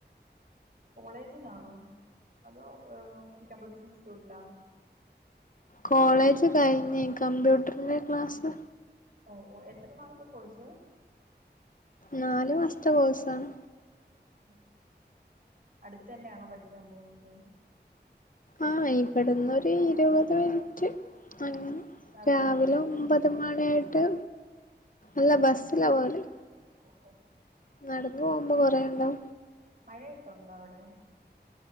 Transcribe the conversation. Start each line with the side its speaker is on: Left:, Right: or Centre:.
Right: കോളേജിലാണോ? അതോ ഏഹ് കമ്പ്യൂട്ടർ ഇൻസ്റ്റിറ്റ്യൂട്ടിലാ?
Left: കോളേജ് കഴിഞ്. കമ്പ്യൂട്ടറിന്റെ ക്ലാസ്
Right: ഓഹ് ഓഹ് എത്ര നാള്തെ കോഴ്സ്
Left: നാലു മാസത്തെ കോഴ്സ്ആണ്.
Right: ഓഹ് അടുത്തന്നെയാണോ പഠിക്കാൻ പോകുന്നത്?
Left: ആഹ് ഇവിടുന്നൊരു ഇരുപത് മിനിറ്റ് അൻ
Right: നടന്നങ്ങ്
Left: രാവിലെ
Right: പോവോ
Left: ഒമ്പത് മണിയൊട്ട് അല്ല ബസിലാ പോഅല്
Right: ഒഹ് ഓഹ്
Left: നടന്നോഉമ്പോ കൊറെണ്ടാഉ
Right: മഴയൊക്കെ ഉണ്ടോ അവിടെ?